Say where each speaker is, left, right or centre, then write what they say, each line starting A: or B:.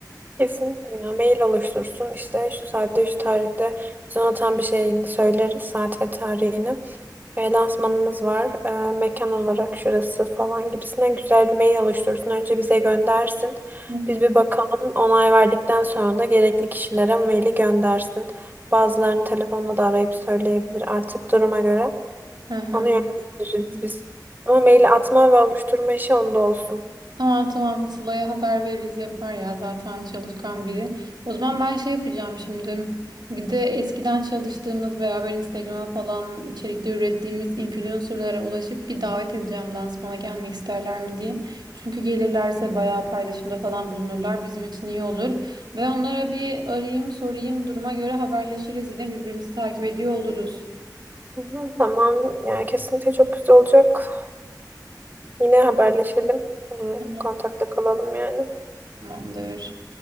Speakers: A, on the right; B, on the right.
A: Kesinlikle ya mail oluştursun işte şu saatte şu tarihte biz ona tam bir şeyini söyleriz saat ve tarihini. E, lansmanımız var. E, mekan olarak şurası falan gibisine güzel bir mail oluşturursun. Önce bize göndersin.
B: Hı
A: Biz
B: hı.
A: bir bakalım. Onay verdikten sonra da gerekli kişilere maili göndersin. Bazılarını telefonla da arayıp söyleyebilir artık duruma göre.
B: Hı hı.
A: Onu yönlendiririz biz. Ama maili atma ve oluşturma işi onda olsun.
B: Tamam tamam Sıla'ya haber veririz yapar ya zaten çalışkan biri. O zaman ben şey yapacağım şimdi. Bir de eskiden çalıştığımız beraber Instagram'a falan içerikte ürettiğimiz influencerlara ulaşıp bir davet edeceğim lansmana gelmek isterler mi diye. Çünkü gelirlerse bayağı paylaşımda falan bulunurlar bizim için iyi olur. Ve onlara bir arayayım sorayım duruma göre haberleşiriz yine birbirimizi takip ediyor oluruz.
A: Hı hı, tamam. Yani kesinlikle çok güzel olacak. E, yine haberleşelim. E,
B: Tamam.
A: kontakta kalalım yani.
B: Tamamdır.